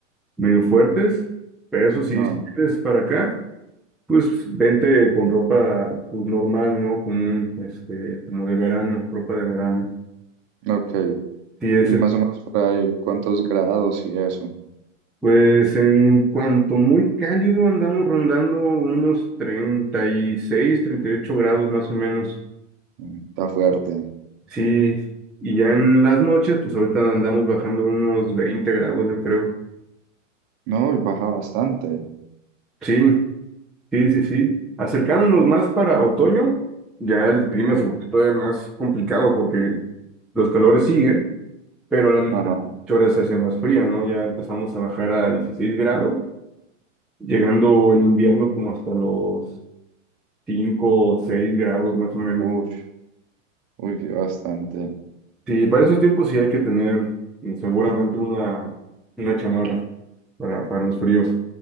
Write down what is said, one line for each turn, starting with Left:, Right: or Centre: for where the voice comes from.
Centre: medio fuertes, pero eso sí,
Right: no,
Centre: si vienes para acá, pues vente con ropa pues normal, ¿no? Común, este, como de verano, ropa de verano.
Right: ok.
Centre: Sí, es
Right: Y más o menos por ahí, ¿cuántos grados y eso?
Centre: Pues en cuanto muy cálido andamos rondando unos treinta treinta y seis, treinta y ocho grados más o menos.
Right: Mm, Está fuerte.
Centre: Sí, y ya en las noches, pues ahorita andamos bajando unos 20 grados, yo creo.
Right: No, y baja bastante.
Centre: Sí, sí, sí, sí. Acercándonos más para otoño, ya el clima
Right: Sí.
Centre: se vuelve todavía más complicado porque los calores siguen, pero la noche
Right: Ajá.
Centre: ahora se hace más fría, ¿no? Ya empezamos a bajar a 16 grados, llegando en invierno como hasta los 5 o 6 grados más o menos.
Right: Uy, uy, sí, bastante.
Centre: Sí, para esos tiempos sí hay que tener eh, seguramente una, una chamarra para, para los fríos.